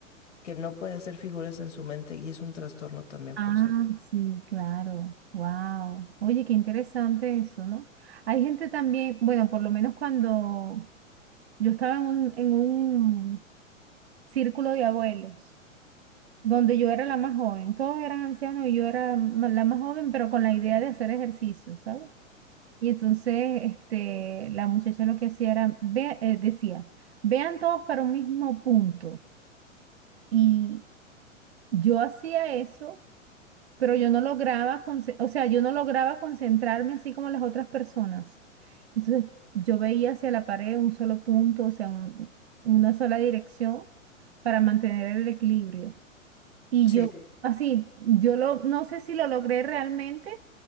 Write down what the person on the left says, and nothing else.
que no puede hacer figuras en su mente y es un trastorno también,
por cierto.
Sí.